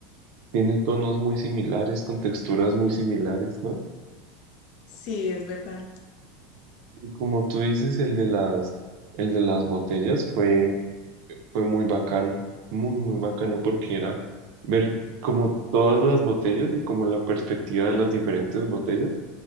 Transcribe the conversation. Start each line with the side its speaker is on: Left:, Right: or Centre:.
Right: tiene tonos muy similares, con texturas muy similares, ¿no?
Left: Sí, es verdad.
Right: Como tú dices, el de las, el de las botellas fue, fue muy bacano, muy, muy bacano porque era ver como todas las botellas y como la perspectiva de las diferentes botellas,